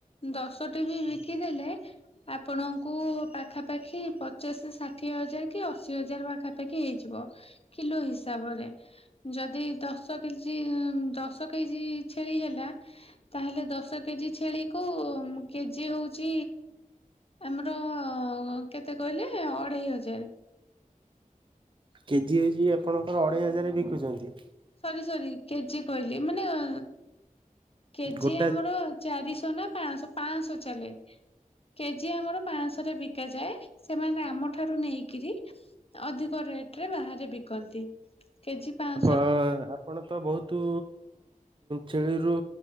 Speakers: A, on the left; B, on the right.
A: ଦଶଟି ବି କିଦେଲେ ଆପଣଙ୍କୁ ପାଖାପାଖି ପଚାଶ ଷାଠିଏ ହଜାର କି ଅଶି ହଜାର ପାଖାପାଖି ହେଇଯିବ କିଲୋ ହିସାବରେ। ଯଦି ଦଶ କେଜି ଦଶ କେଜି ଛେଳି ହେଲା ତାହେଲେ ଦଶ କେଜି ଛେଳିକୁ କେଜି ହଉ ଛି ଆମର କେତେ କହିଲେ ଅଢେଇ ହଜାର। <inaudible>
B: କେଜି ହେଉଛି ଆପଣଙ୍କର ଅଢେଇଜାର ବିକ ଶଖୁଛନ୍ତି।
A: ସରି ସରି କେଜିି କହିଲି ମାନେ ଉ କେଜି
B: ଗୋଟା
A: ଆମର ଚାରିଶହ। ପାଂଶ ପାଂଶ ଚାଲେ କେଜି ଆମର ପାଂଶ ରେ ବିକାଯାଏ। ସେମାନେ ଆମ ଠାରୁ ନେଇକିରି ଅଧିକ ରେଟରେ ବାହାରେ ବିକନ୍ତି। କେଜି ପାଆଁ
B: ଅ ଆପଣ ତ ବହୁତ ଛେଳିରୁ